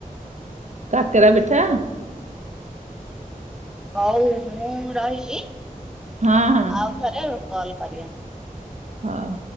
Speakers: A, on the right; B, in the centre.
A: କାକରା ବେଠା
B: ହଉ ମୁଁ ରହିବି
A: ହଁ ହଁ
B: ଆଉ ଥରେ କଲ କରିବା।
A: ହଁ।